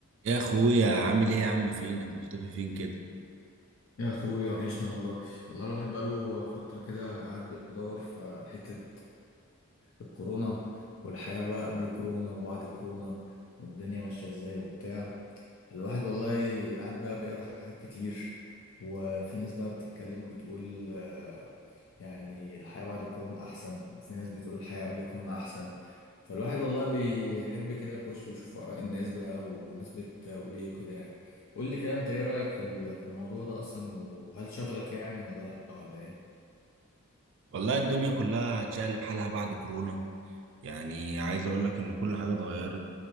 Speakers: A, on the right; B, on the left.
A: يا اخويا عامل ايه يا عم فينك مختفي فين كده
B: يا اخويا وحشني والله والله الواحد بقاله فترة كده قاعد بيدور في حتة الكورونا والحياة بقى قبل كورونا وبعد كورونا والدنيا ماشية ازاي وبتاع الواحد والله قاعد بقى بيقرا حاجات كتير وفي ناس بقى بتتكلم وتقول آه، يعني الحياة بعد الكورونا أحسن وفي ناس بتقول الحياة قبل الكورونا أحسن فالواحد والله بيحب كده يخش ويشوف آراء الناس بقى والناس بتقول إيه وكده يعني قول لي كده أنت إيه رأيك في ال- في الموضوع ده أصلا وهل شغلك يعني ولا لأ ولا إيه؟
A: والله الدنيا كلها اتشقلب حالها بعد كورونا يعني عايز اقول لك ان كل حاجة اتغيرت